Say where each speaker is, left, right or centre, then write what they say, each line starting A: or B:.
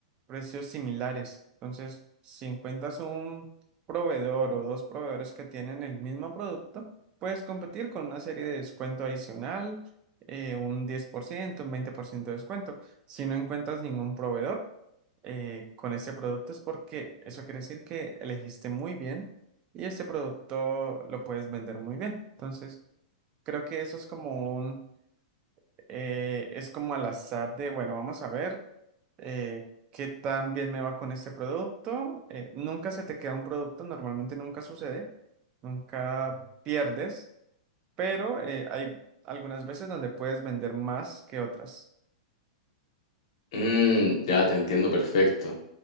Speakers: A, on the right; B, on the left.
A: precios similares. Entonces, si encuentras un proveedor o dos proveedores que tienen el mismo producto, Puedes competir con una serie de descuento adicional, eh, un 10%, un 20% de descuento. Si no encuentras ningún proveedor eh, con este producto es porque eso quiere decir que elegiste muy bien y este producto lo puedes vender muy bien. Entonces, creo que eso es como un, eh, es como al azar de, bueno, vamos a ver eh, qué tan bien me va con este producto. Eh, nunca se te queda un producto, normalmente nunca sucede, nunca pierdes pero eh, hay algunas veces donde puedes vender más que otras.
B: Mm, ya te entiendo perfecto.